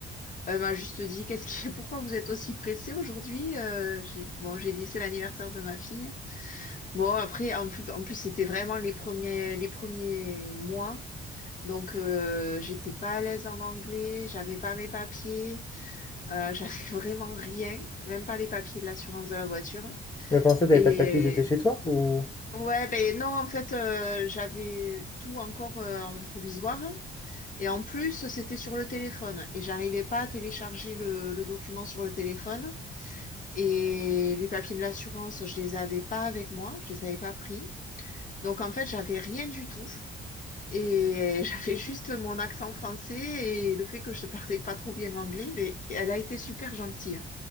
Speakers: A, on the left (about 40°); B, on the left (about 15°).
A: elle m'a juste dit, qu'est-ce qui, <laughs> pourquoi vous êtes aussi pressée aujourd'hui? Euh, j'ai, bon, j'ai dit c'est l'anniversaire de ma fille. Bon, après, en plus, en plus c'était vraiment les premiers, les premiers mois. Donc, euh, j'étais pas à l'aise en anglais, j'avais pas mes papiers, euh, j'avais <laughs> vraiment rien, même pas les papiers de l'assurance de la voiture.
B: Mais comment ça, t'avais
A: Et
B: pas de papiers, ils étaient chez toi ou...
A: ouais, ben non, en fait, euh, j'avais tout encore euh, en provisoire. Et en plus, c'était sur le téléphone. Et j'arrivais pas à télécharger le, le document sur le téléphone. Et les papiers de l'assurance, je les avais pas avec moi, je les avais pas pris. Donc, en fait, j'avais rien du tout. Et <laughs> j'avais juste mon accent français et le fait que je parlais pas trop bien anglais, mais elle a été super gentille. hein.